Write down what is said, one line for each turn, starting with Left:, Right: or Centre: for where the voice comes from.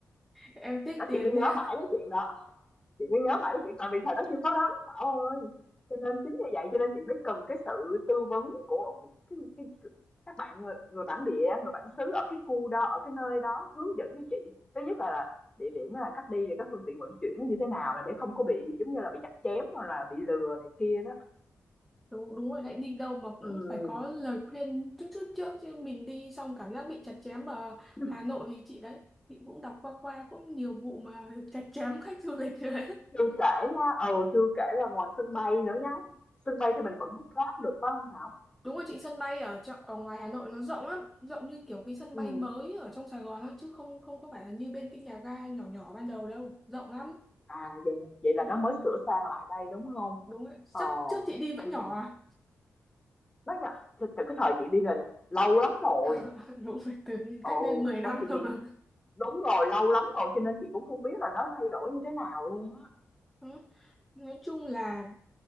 Centre: em tiếc
Left: nó
Centre: tiền
Left: chị cứ nhớ
Centre: <laughs> đi
Left: mãi cái chuyện đó chị cứ nhớ mãi cái chuyện tại vì thời đó chưa có ráp Thảo ơi cho nên chính như vậy cho nên chị mới cần cái sự tư vấn của, của cái, cái, các bạn người, người bản địa người bản xứ ở cái khu đó ở cái nơi đó hướng dẫn với chị thứ nhất là địa điểm là cách đi rồi các phương tiện vận chuyển nó như thế nào là để không có bị giống như là bị chặt chém hoặc là bị lừa này kia đó
Centre: đúng đúng rồi lại đi đâu mà cũng
Left: Ừm,
Centre: phải có lời khuyên chút chút trước chứ mình đi xong cảm giác bị chặt chém ở
Left: <clears throat>
Centre: Hà Nội thì chị đấy chị cũng đọc qua qua cũng nhiều vụ mà chặt chém khách du lịch rồi
Left: chưa kể nha ừ chưa kể là ngoài sân bay nữa nhá sân bay thì mình vẫn book Grab được phải không Thảo
Centre: Đúng rồi chị sân bay ở trong, ở ngoài Hà Nội nó rộng lắm, rộng như kiểu cái sân
Left: Ừ.
Centre: bay mới ở trong Sài Gòn á chứ không không có phải là như bên cái nhà ga nhỏ nhỏ ban đầu đâu, rộng lắm.
Left: À, vậy vậy là
Centre: Đúng,
Left: nó mới sửa sang lại đây đúng không?
Centre: đúng rồi. Chắc
Left: Ờ,
Centre: trước chị đi vẫn
Left: ừm,
Centre: nhỏ à?
Left: nó nhận từ từ cái thời chị đi là lâu lắm rồi,
Centre: <laughs> Đúng rồi, từ
Left: ừ,
Centre: cách đây 10 năm
Left: nên chị
Centre: cơ
Left: chị
Centre: mà.
Left: đúng rồi, lâu lắm rồi cho nên chị cũng không biết là nó thay đổi như thế nào luôn á.
Centre: Ừ. Nói chung là